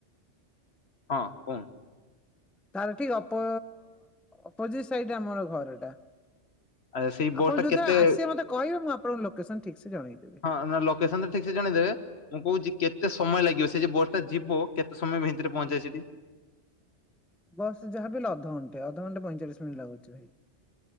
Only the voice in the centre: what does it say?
ତାର ଠିକ ଅପୋ ଅପୋଜିଟ ସାଇଡରେ ଆମର ଘର ଟା।
ଆପଣ
ଯୋଉ
ଦିନ ଆସିବେ ମତେ କହିବେ ମୁଁ ଆପଣଙ୍କୁ ଲୋକେସନ ଠିକ ସେ ଜଣେଇଦେବି।
ବସ୍ ରେ ଯାହା ବି ହେଲେ ଅଧଘଣ୍ଟେ ଅଧଘଣ୍ଟେ ପଇଁଚାଳିଶ ମିନିଟ୍ ଲାଗୁଛି ଭାଇ।